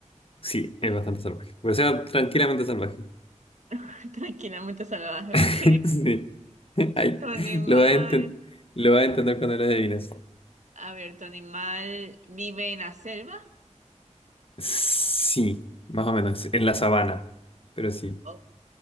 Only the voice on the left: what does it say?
Sí, es bastante salvaje. O sea, tranquilamente salvaje.
<laughs>
Sí. Ay,
lo vas a enten- lo vas a entender cuando lo adivines.
Sí, más o menos, en la sabana. Pero sí,